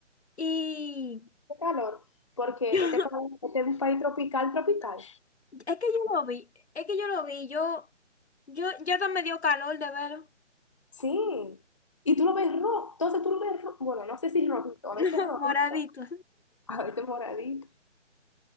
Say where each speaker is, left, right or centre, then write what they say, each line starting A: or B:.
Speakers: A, on the left; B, on the left.
A: Y
B: Qué calor, porque
A: <laughs> yo,
B: este,
A: no,
B: pa- este es un país tropical, tropical.
A: es que yo lo vi, es que yo lo vi, yo, yo, yo hasta me dio calor de verlo,
B: Sí, y tú lo ves rojo, entonces tú lo ves rojo, bueno, no sé si rojito,
A: <laughs>
B: a veces
A: no,
B: rojito,
A: moradito.
B: a veces moradito,